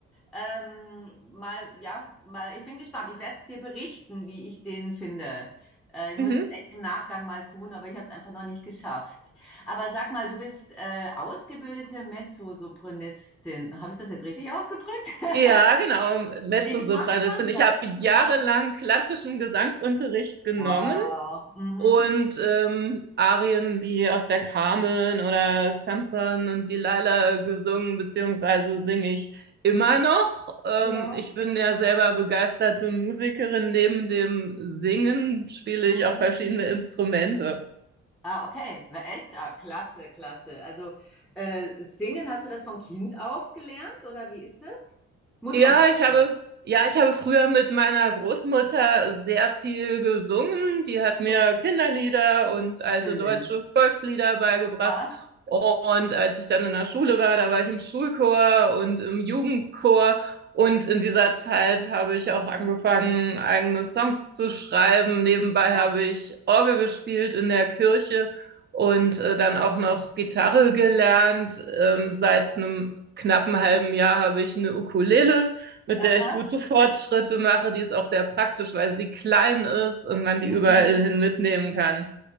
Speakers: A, in the centre; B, on the right.
A: Ähm, mal, ja, mal, ich bin gespannt. Ich werde es dir berichten, wie ich den finde. Äh, ich
B: Mhm.
A: muss es echt im Nachgang mal tun, aber ich habe es einfach noch nicht geschafft. Aber sag mal, du bist äh, ausgebildete Mezzosopranistin. Habe ich das jetzt richtig ausgedrückt? <laughs>
B: Ja, genau, Mezzosopranistin.
A: Wie, wie macht man
B: Ich
A: das?
B: habe jahrelang
A: Du
B: klassischen Gesangsunterricht genommen
A: Wow. Mhm.
B: Und ähm, Arien wie aus der Carmen oder Samson und Delilah gesungen, beziehungsweise singe ich immer noch. Ähm,
A: Ja.
B: ich bin ja selber begeisterte Musikerin. Neben dem Singen spiele
A: Mhm.
B: ich auch verschiedene Instrumente.
A: Ah, okay. War echt? Ah, klasse, klasse. Also äh, singen, hast du das von Kind auf gelernt oder wie ist das? Muss
B: Ja,
A: man wahrscheinlich.
B: ich habe, ja, ich habe früher mit meiner Großmutter sehr viel gesungen. Die hat
A: Ja,
B: mir Kinderlieder und alte
A: schön.
B: deutsche Volkslieder beigebracht.
A: Ja.
B: Und als ich dann in der Schule war, da war ich im Schulchor und im Jugendchor. Und in dieser Zeit habe ich auch angefangen, eigene Songs zu schreiben. Nebenbei
A: Oh.
B: habe ich Orgel gespielt in der Kirche und äh, dann auch noch Gitarre gelernt. Ähm, seit einem knappen halben Jahr habe ich eine Ukulele, mit der
A: Aha.
B: ich gute Fortschritte mache. Die ist auch sehr praktisch, weil sie klein ist und man die
A: Mhm.
B: überall hin mitnehmen kann.